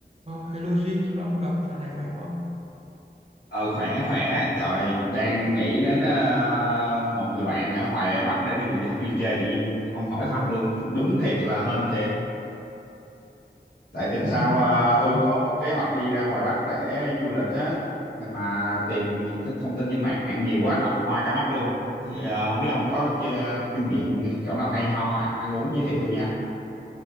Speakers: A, on the right (about 35°); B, on the left (about 60°).
A: Oh, hello Jin, lâu lắm không gặp, dạo này khỏe không?
B: Ờ khỏe khỏe trời đang nghĩ đến ờ, một người bạn ở ngoài Bắc để đi, đi chơi tự nhiên ông hỏi thăm luôn đúng thiệt là hên thiệt tại tuần
A: <laughs>
B: sau ờ, tôi có một kế hoạch đi ra ngoài Bắc để du lịch á mà tìm thông tin trên mạng nhiều quá đọc hoa cả mắt luôn thì ờ, không biết ông có kia- kinh nghiệm chỗ nào hay ho ăn uống giới thiệu tôi nha